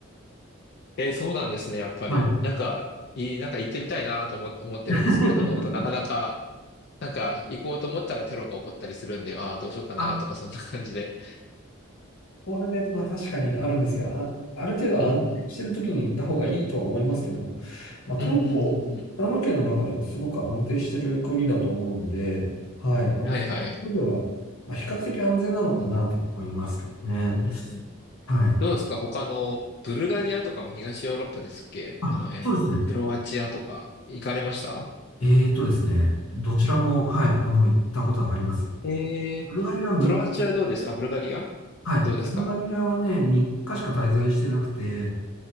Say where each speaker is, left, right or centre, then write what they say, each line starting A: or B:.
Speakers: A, on the left; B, on the left.
A: えーそうなんですね、やっぱり。
B: はい。
A: なんか、いい、なんか行ってみたいなと思、思ってるんですけれども、
B: <laughs>
A: やっぱなかなか、なんか行こうと思ったらテロが起こったりするんで、ああ、どうしようかなとか、
B: あ
A: そんな感じで。
B: 後半で、まあ確かにあるんですけど、あ、ある程度安定してる時に行った方がいいとは思いますけども、
A: うん
B: まあトルコ、
A: うん。うんうんうんう
B: イスラム圏の中でもすごく安定してる国だと思うんで、はい、あの、
A: ん。はいはい。
B: そういう意味では、まあ、比較的安全なのかなと思いますけどね。
A: うんうん。
B: はい。
A: どうですか他の、ブルガリアとかも東ヨーロッパですっけあの辺。
B: あ、そうですね。
A: クロアチアとか、行かれました
B: えーとですね、どちらも、はい、あの、行ったことがあります。
A: えー、
B: ブルガリアはみ
A: クロアチアどうですあ、ブルガリア
B: はい、
A: どうですか
B: ブルガリアはね、3日しか滞在してなくて、